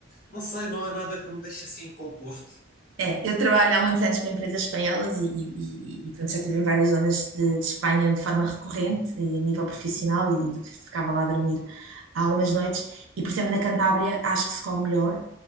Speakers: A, on the left; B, on the right.
A: não sei, não há nada que me deixe assim composto.
B: É, eu trabalho há muitos anos para empresas espanholas e, e, e, e, portanto, já estive em várias zonas de, de Espanha de forma recorrente e a nível profissional e ficava lá a dormir algumas noites. E, por exemplo, na Cantábria acho que se come melhor